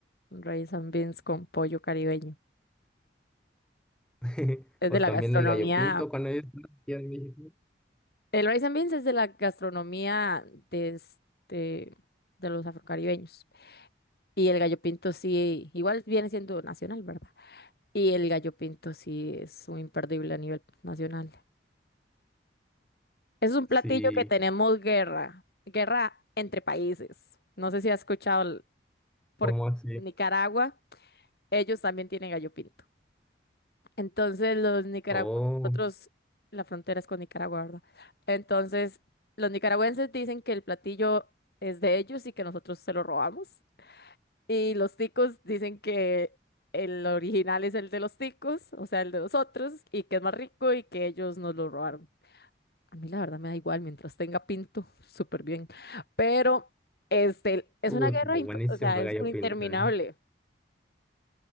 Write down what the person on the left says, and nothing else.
Un Rice and beans con pollo caribeño.
Es
de la
gastronomía.
El rice and beans es de la gastronomía de, este, de los afrocaribeños. Y el gallo pinto sí, igual viene siendo nacional, ¿verdad? Y el gallo pinto sí es un imperdible a nivel nacional. Es un platillo
que tenemos guerra, guerra entre países. No sé si has escuchado el- por
Nicaragua, ellos también tienen gallo pinto. Entonces los nicaragüenses,
nosotros, la frontera es con Nicaragua, ¿verdad? Entonces los nicaragüenses dicen que el platillo es de ellos y que nosotros se lo robamos. Y los ticos dicen que el original es el de los ticos, o sea, el de nosotros, y que es más rico y que ellos nos lo robaron. A mí la verdad me da igual, mientras tenga pinto, <laughs> súper bien. Pero este, es
una guerra,
imp-
o sea,
es
una interminable.